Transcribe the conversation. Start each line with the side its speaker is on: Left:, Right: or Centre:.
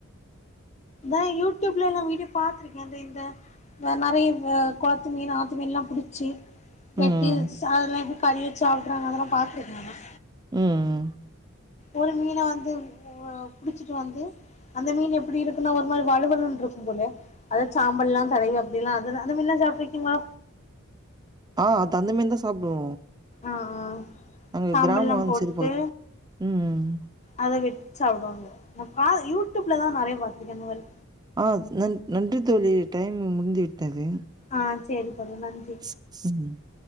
Left: இத யூடியூப்ல லா வீடியோ பாத்ருக்கே அந்த இந்த வே நெறைய குளத்து மீன் ஆத்து மீன்லாம் புடிச்சி வெட்டி
Right: ம்
Left: அதெல்லா கறி வச்சு சாப்புட்றாங்க அதெல்லா பாத்துருக்கே அதெல்லா
Right: ம்ம்
Left: ஒரு மீன வந்து புடிச்சிட்டு வந்து அந்த மீன் எப்படி இருக்குன்னா ஒரு மாதிரி வலுவலுன்ரு இருக்கும் போல அத சாம்பல்லா தடவி அப்டி எல்லா அதுதா முன்னா சாப்ட்ருக்கீங்ளா
Right: ஆ தந்தமின்தா சாப்டுவோ
Left: ஆ ஆ
Right: அங்க
Left: சாம்பல்லா
Right: கிராமம் வந்து
Left: போட்டு
Right: சரி பகுது உம் ம்
Left: அத வெட்டி சாப்பிடுவாங்க நா பா யூடூப்லதா நெறைய பாத்துருக்கே இந்த மாரி
Right: ஆ ந நன்றி தோழி டைம் முடிந்து விட்டது
Left: ஆ சேரி புரோ நன்றி
Right: ம்